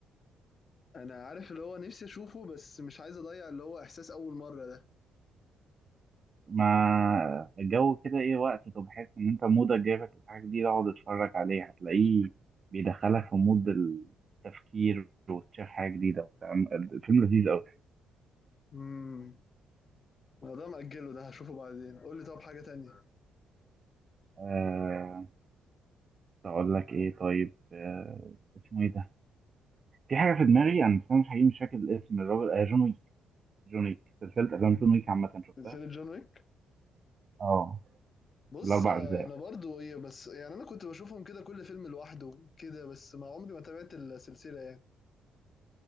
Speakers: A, on the left (about 45°); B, on the right (about 40°).
A: انا عارف اللي هو نفسي اشوفه بس مش عايز اضيع اللي هو احساس اول مرة ده
B: مع الجو كده ايه وقت طب بحس ان انت مودك جايبك لحاجة جديدة اقعد اتفرج عليه هتلاقيه بيدخلك في مود التفكير وتشوف حاجة جديدة وبتاع الفيلم لذيذ قوي
A: امم انا ده مأجله ده هشوفه بعدين قول لي طب حاجة تانية
B: أه اقول لك ايه طيب أه اسمه ايه ده في حاجة في دماغي انا بس أنا مش حقيقي مش فاكر الاسم الراجل آه جون ويك جون ويك سلسلة افلام جون ويك عامة شفتها
A: سلسلة جون ويك
B: اه
A: بص
B: الاربع
A: آه،
B: اجزاء
A: انا برضو هي بس يعني انا كنت بشوفهم كده كل فيلم لوحده كده بس ما عمري ما تابعت السلسلة يعني